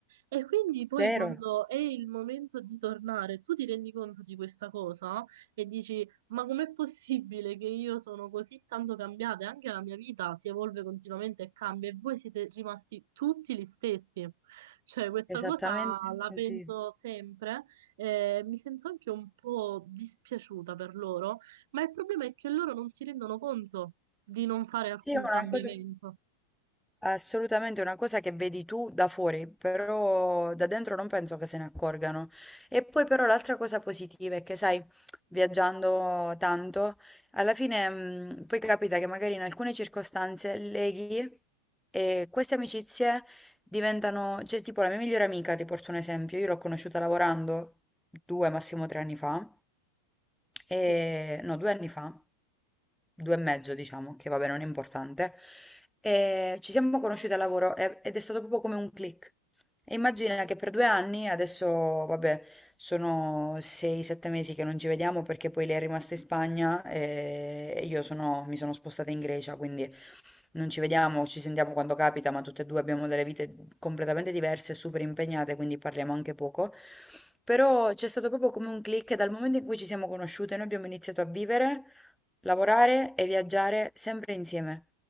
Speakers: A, on the right (about 55°); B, in the centre.
A: e quindi poi
B: vero,
A: quando è il momento di tornare, tu ti rendi conto di questa cosa e dici, ma com'è possibile che io sono così tanto cambiata? E Anche la mia vita si evolve continuamente e cambia e voi siete rimasti tutti gli stessi. Cioè, questa
B: esattamente
A: cosa la
B: così.
A: penso sempre e mi sento anche un po' dispiaciuta per loro, ma il problema è che loro non si rendono conto di non fare alcun
B: Sì, è una
A: cambiamento.
B: cosa... È assolutamente una cosa che vedi tu da fuori, però da dentro non penso che se ne accorgano. E poi però l'altra cosa positiva è che, sai, viaggiando tanto, alla fine mh, poi capita che magari in alcune circostanze leghi e queste amicizie diventano, cioè tipo la mia migliore amica, ti porto un esempio, io l'ho conosciuta lavorando due, massimo tre anni fa. Ehm,
A: Sì.
B: no, 2 anni fa, 2 e mezzo diciamo, che vabbè non è importante, ehm, ci siamo conosciuti al lavoro e ed è stato proprio come un click. E immagina che per 2 anni, adesso vabbè sono 6, 7 mesi che non ci vediamo perché poi lei è rimasta in Spagna, ehm, e io sono mi sono spostata in Grecia, quindi non ci vediamo, ci sentiamo quando capita, ma tutte e due abbiamo delle vite completamente diverse, super impegnate, quindi parliamo anche poco. Però c'è stato proprio come un click dal momento in cui ci siamo conosciute, noi abbiamo iniziato a vivere, lavorare e viaggiare sempre insieme,